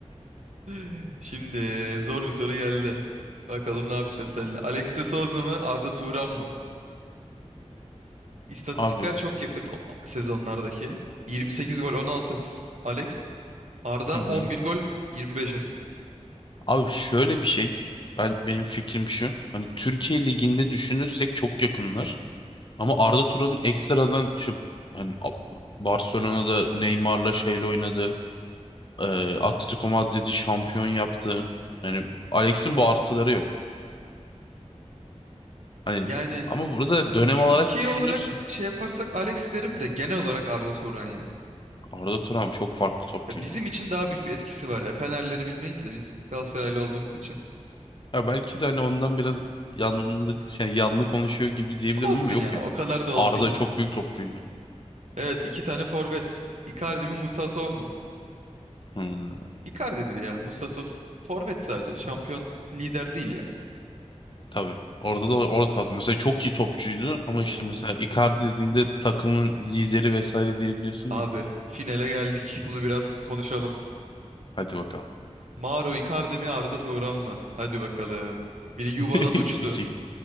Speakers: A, on the right (about 80°); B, on the left (about 45°).
A: <laughs> Şimdi zor bir soru geldi. Bakalım ne yapacağız seninle. Alex de Souza mı Arda Turan mı? İstatistikler
B: Abi.
A: çok yakın o sezonlardaki. 28 gol 16 asist Alex. Arda
B: Hı
A: 11
B: hı.
A: gol 25 asist.
B: Abi şöyle bir şey. Ben benim fikrim şu. Hani Türkiye Ligi'nde düşünürsek çok yakınlar. Ama Arda Turan'ın ekstradan işte hani A- Barcelona'da Neymar'la şeyle oynadı. E, Atletico Madrid'i şampiyon yaptı. Yani Alex'in bu artıları yok. Hani
A: Yani
B: ama burada dönem
A: Türkiye
B: olarak düşünürsün.
A: olarak şey yaparsak Alex derim de genel olarak Arda Turan ya.
B: Arda Turan çok farklı topçuydu
A: Ya bizim için daha büyük bir etkisi var ya. Fenerleri bilmeyiz de biz Galatasaraylı olduğumuz için.
B: Ya belki de hani ondan biraz yanlık şey yanlı konuşuyor gibi diyebilirim
A: Olsun
B: ama yok
A: ya
B: ya.
A: o kadar da olsun
B: Arda
A: ya.
B: çok büyük topçuydu.
A: Evet iki tane forvet. Icardi mi Musa Musasov mu?
B: Hmm,
A: Icardi'dir ya. Musa Musasov forvet sadece. Şampiyon lider değil yani.
B: tabii. Orada da orada pat- mesela çok iyi topçuydu
A: Oo.
B: ama işte mesela Icardi dediğinde takımın lideri vesaire diyebiliyorsun
A: Abi
B: ya.
A: finale geldik. Bunu biraz konuşalım.
B: Hadi bakalım.
A: Mauro Icardi mi Arda Turan mı? Hadi bakalım. Biri
B: <laughs>
A: yuvadan uçtu.
B: İki.